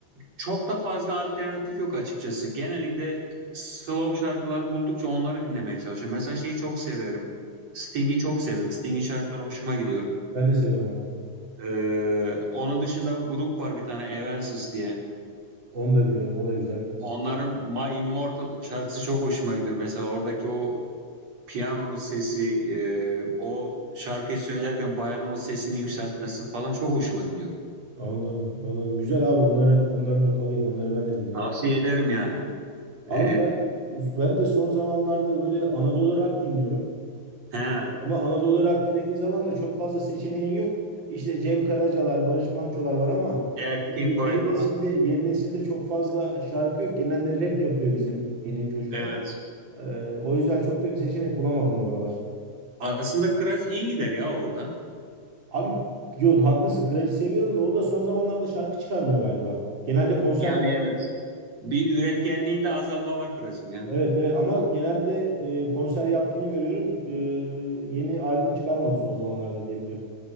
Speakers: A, on the right (about 60°); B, on the right (about 40°).
A: çok da fazla alternatif yok açıkçası. Genellikle slow şarkıları buldukça onları dinlemeye çalışıyorum. Mesela şeyi çok severim. Sting'i çok severim. Sting'in şarkıları hoşuma gidiyor.
B: Ben de severim abi.
A: Ee, onun dışında grup var bir tane Evanescence diye.
B: Onu da biliyorum. O da güzel.
A: Onların My Immortal şarkısı çok hoşuma gidiyor. Mesela oradaki o piyanonun sesi, e, o şarkıyı söylerken bayanın o sesini yükseltmesi falan çok hoşuma gidiyor.
B: Anladım, anladım. Güzel abi onları onları not alayım. Onları ben de dinlerim.
A: Tavsiye ederim yani.
B: Abi
A: E,
B: ben ben de son zamanlarda böyle Anadolu rock dinliyorum.
A: he,
B: Ama Anadolu rock dinlediğin zaman da çok fazla seçeneğin yok. İşte Cem Karacalar, Barış Manço'lar var ama
A: Erkin
B: y-
A: Koray
B: yeni
A: falan.
B: nesilde yeni nesilde çok fazla şarkı yok. Genelde rap yapıyor bizim yeni çocuklar.
A: Evet.
B: Ee, o yüzden çok da bir seçenek bulamadım bu aralar.
A: Aslında Kıraç iyi gider ya orada.
B: Abi yo haklısın. Kıraç'ı seviyorum da o da son zamanlarda şarkı çıkarmıyor galiba. Genelde konser
A: Yani evet. Bir üretkenliğinde azalma var Kıraç'ın ya.
B: Evet evet ama genelde e, konser yaptığını görüyorum. E, yeni albüm çıkarmadı son zamanlarda diye biliyorum.